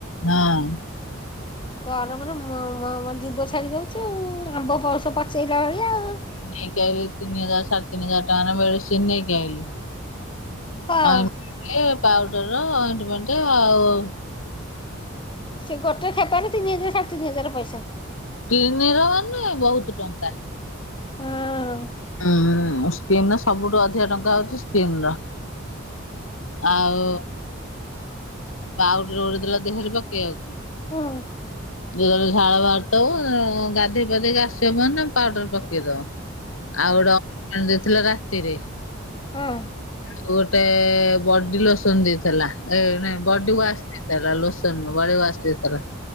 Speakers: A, on the left (about 85°); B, on the left (about 25°).
A: ହଁ।
B: ଗରମର ମ ମ ଜୀବ ଛାଡି ଯାଉଚି ଆଉ ଆମ୍ବ ପଣସ ପଚେଇଲା ଭଳିଆ ଆଉ।
A: ନେଇକି ଆଇଲି ତିନି ହଜାର ସାଢେତିନି ହଜାର ଟଙ୍କାର ମେଡିସିନି ନେଇକ ଆଇଲି।
B: ହଁ
A: ଅଇଁଣ୍ଟିମେଣ୍ଟ ପାଉଡର ଅଇଁଣ୍ଟିମେଣ୍ଟ ଆଉ
B: ସେ ଗୋଟେ ଖେପେରେ ତିନି ହଜାର ସାଢେ ତିନି ହଜାର ପଇସା।
A: କିଡନିର ହେନେ ବୋହୁତ ଟଙ୍କା।
B: ହଁ।
A: ହଁ ସ୍କିିନର ସବୁଠୁ ଅଧିକା ଟଙ୍କା ହୋଉଚି ସ୍କିନର। ଆଉ ପାଉଡର ଗୋଟେ ଦେଲା ଦେହରେ ପକେଇବାକୁ।
B: ହୁଁ।
A: ଯେତେବେଳେ ଝାଳ ବାହୁରି ଧେବ ଗାଧେଇ ପାଧେଇକି ଆସିବୁ ମାନେ ପାଉଡର ପକେଇ ଦବ। ଆଉ ଗୋଟେ ଅଇଁଣ୍ଟିମେଣ୍ଟ ଦେଇଥିଲ ରାତିରେ।
B: ହଁ।
A: ଗୋଟେ ବଡି ଲୋସନ ଦେଇଥିଲା ଏ ନାଇଁ ବଡି ୱାଶ ଦେଇ ଥିଲା ଲୋସନ ନୁହେଁ ବଡି ୱାସ ଦେଇଥିଲା।